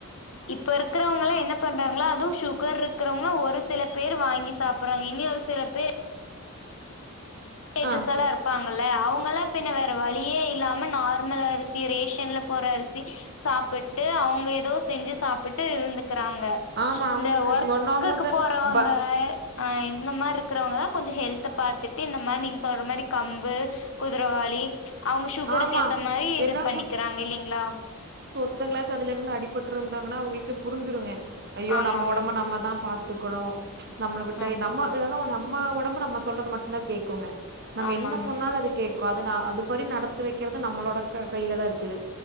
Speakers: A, on the left; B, on the right.
A: இப்ப இருக்கிறவங்கலாம் என்ன பண்றாங்களா அதுவும் சுகர் இருக்கறவங்க ஒரு சில பேர் வாங்கி சாப்பறாங்க இன்னியு ஒரு சில பேரு டேஜஸ்
B: ஆ
A: எல்லாம் இருப்பாங்க இல்ல அவுங் இப்பெல்லா பின்ன வேற வழியே இல்லாம நார்மல் அரிசி ரேஷன்ல போற அரிசி சாப்பட்டு அவுங்க எதோ செஞ்சி சாப்பிட்டு இருந்து கிறாங்க
B: ஆமா அவங்களுக்கு
A: இந்த ஒர்க்குக்கு
B: ஒன்னாமது
A: போறவங்க
B: ப
A: ஆ இந்த மாரி இரு கிறவங்கதா கொஞ்ச ஹெல்த பாத்துட்டு இந்த மாரி நீங்க சொல்ற மாரி கம்பு குதரவாளி அவுங்க சுகருக்கு
B: ஆமா
A: ஏத்த மாரி இது
B: ஏன்னா
A: பண்ணிக்கறாங்க இல்லிங்களா
B: த்தங்களாச்சி அதுல இருந்து அடிபட்டு இருந்தாங்கன்னா அவுங்களுக்கே புரிஞ்சிருங்க ஐயோ
A: ஆமாங்க
B: நம்ம ஒடம்ப நம்ம தா பாத்த அத்துக்கணு நம்ள விட்ட
A: ஆம்
B: நம்ம ஏனு நம்ம ஒடம்பு நம்ம சொல்றத மட்டுதா கேக்குங்க நம்ம
A: ஆமாங்க
B: என்ன சொன்னாலு அது கே அது நா அதுப்படி நடத்த பத்த வைக்குறது நம்மளோட கையில தா இருக்கு